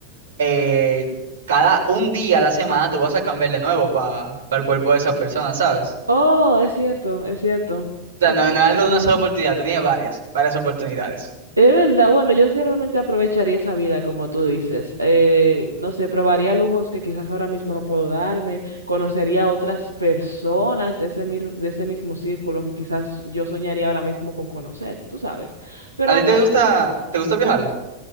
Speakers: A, on the right; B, on the right.
A: eh, cada un día a la semana, tú vas a cambiar de nuevo para el cuerpo de esa persona, ¿sabes?
B: Oh, es cierto, es cierto. Es
A: O sea, no,
B: cier-
A: no es algo de una sola oportunidad, tú tienes varias, varias oportunidades.
B: Es verdad, bueno, yo sí realmente aprovecharía esa vida, como tú dices. Eh, no sé, probaría lujos que quizás ahora mismo no puedo darme, conocería a otras personas de ese, mir- de ese mismo círculo que quizás yo soñaría ahora mismo con conocer, tú sabes. Pero
A: ¿A ti te
B: me,
A: gusta, te gusta viajar?